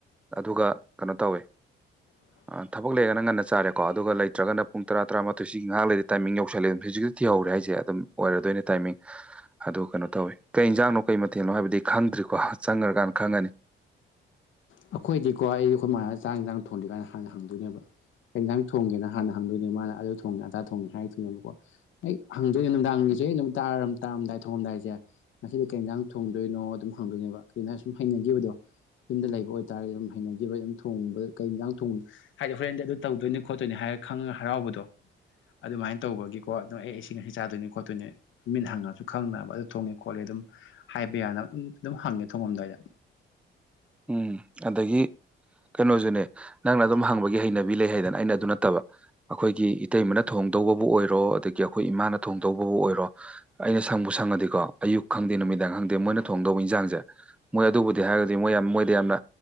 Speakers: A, in the centre; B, on the left (about 75°).
A: ꯑꯗꯨꯒ ꯀꯩꯅꯣ ꯇꯧꯋꯦ
B: <inaudible>
A: ꯑꯥ ꯊꯕꯛ ꯂꯩꯔꯒꯅ ꯉꯟꯅ ꯆꯥꯔꯦꯀꯣ ꯑꯗꯨꯒ ꯂꯩꯇ꯭ꯔꯒꯅ ꯄꯨꯡ ꯇꯔꯥ ꯇꯔꯥꯃꯥꯊꯣꯏ ꯁꯤꯒꯤ ꯉꯥꯏꯍꯥꯛ ꯂꯩꯗꯤ ꯇꯥꯏꯃꯤꯡ ꯌꯧꯁꯜꯂꯦ ꯍꯧꯖꯤꯛꯇ ꯊꯤꯍꯧꯔꯦ ꯍꯥꯏ ꯖꯦ ꯑꯗꯨꯝ ꯑꯣꯏꯔꯗꯣꯏꯅꯦ ꯇꯥꯏꯃꯤꯡ ꯑꯗꯣ ꯀꯩꯅꯣ ꯇꯧꯋꯤ ꯀꯩ ꯏꯟꯖꯥꯡꯅꯣ ꯀꯩ ꯃꯊꯦꯜꯅꯣ ꯍꯥꯏꯕꯗꯤ ꯈꯪꯗ꯭ꯔꯤꯀꯣ ꯆꯪꯒ꯭ꯔꯀꯥꯟ ꯈꯪꯉꯅꯤ
B: ꯑꯩꯈꯣꯏꯗꯤꯀꯣ ꯑꯩ ꯑꯩꯈꯣꯏ ꯃꯥ ꯆꯥꯛ ꯏꯟꯖꯥꯡ ꯊꯣꯟꯗ꯭ꯔꯤꯀꯥꯟ ꯍꯥꯟꯅ ꯍꯪꯗꯣꯏꯅꯦꯕ ꯀꯩ ꯏꯟꯖꯥꯡ ꯊꯣꯡꯒꯦꯅ ꯍꯥꯟꯅ ꯍꯪꯗꯣꯏꯅꯦ ꯃꯥꯅ ꯑꯗꯨ ꯊꯣꯡꯉꯦ ꯑꯗꯥ ꯊꯣꯡꯉꯦ ꯍꯥꯏꯔꯛꯇꯣꯏꯅꯦꯕꯀꯣ ꯑꯩ ꯍꯪꯗꯣꯏꯅꯦ ꯅꯨꯡꯗꯥꯡꯒꯤꯁꯦ ꯅꯨꯃꯤꯠ ꯇꯥꯔꯝ ꯇꯥꯔꯝꯗꯥꯏ ꯊꯣꯡꯉꯝꯗꯥꯏꯖꯦ ꯉꯁꯤꯗꯤ ꯀꯩ ꯌꯦꯟꯖꯥꯡ ꯊꯣꯡꯗꯣꯏꯅꯣ ꯑꯗꯨꯝ ꯍꯪꯗꯣꯏꯅꯦꯕ ꯀꯒꯤꯅꯣ ꯍꯥꯏ ꯁꯨꯝ ꯍꯩꯅꯒꯤꯕꯗꯣ ꯌꯨꯝꯗ ꯂꯩꯕ ꯑꯣꯏꯇꯥꯔꯦ ꯑꯗꯨꯝ ꯍꯩꯅꯈꯤꯕ ꯑꯗꯨꯝ ꯊꯣꯡꯕ ꯀꯩ ꯖꯡ ꯊꯣꯡ ꯍꯥꯏꯗꯤ ꯍꯣꯔꯦꯟꯗꯤ ꯑꯗꯨ ꯇꯧꯗꯣꯏꯅꯤ ꯈꯣꯠꯇꯣꯏꯅꯤ ꯍꯥꯏꯔ ꯈꯪꯉꯒ ꯍꯔꯥꯎꯕꯗꯣ ꯑꯗꯨꯃꯥꯏꯅ ꯇꯧꯕꯒꯤꯀꯣ ꯑꯗꯣ ꯑꯩ ꯁꯤ ꯉꯁꯤ ꯆꯥꯗꯣꯏꯅꯤ ꯈꯣꯠꯇꯣꯏꯅꯤ ꯃꯤꯟ ꯍꯪꯉꯁꯨ ꯈꯪꯅꯕ ꯑꯗꯨ ꯊꯣꯡꯉꯦ ꯈꯣꯠꯂꯦ ꯑꯗꯨꯝ ꯍꯥꯏꯕ ꯌꯥꯅ ꯎꯝ ꯑꯗꯨꯝ ꯍꯪꯉꯦ ꯊꯣꯡꯉꯝꯗꯥꯏꯗ
A: ꯎꯝ ꯑꯗꯒꯤ ꯀꯩꯅꯣꯁꯨꯅꯦ ꯅꯪꯅ ꯑꯗꯨꯝ ꯍꯪꯕꯒꯤ ꯍꯩꯅꯕꯤ ꯂꯩ ꯍꯥꯏꯗꯅ ꯑꯩꯅ ꯑꯗꯨ ꯅꯠꯇꯕ ꯑꯩꯈꯣꯏꯒꯤ ꯏꯇꯩꯃꯅ ꯊꯣꯡꯗꯧꯕꯕꯨ ꯑꯣꯏꯔꯣ ꯑꯗꯒꯤ ꯑꯩꯈꯣꯏ ꯏꯃꯥꯅ ꯊꯣꯡꯗꯧꯕꯕꯨ ꯑꯣꯏꯔꯣ ꯑꯩꯅ ꯁꯪꯕꯨ ꯁꯪꯉꯗꯤꯀꯣ ꯑꯌꯨꯛ ꯈꯪꯗꯦ ꯅꯨꯃꯤꯗꯥꯡ ꯈꯪꯗꯦ ꯃꯣꯏꯅ ꯊꯣꯡꯗꯧꯕ ꯏꯟꯖꯥꯡꯁꯦ ꯃꯣꯏ ꯑꯗꯨꯕꯨꯗꯤ ꯍꯥꯏꯔꯒꯗꯤ ꯃꯣꯏ ꯌꯥꯝ ꯃꯣꯏꯗ ꯌꯥꯝꯅ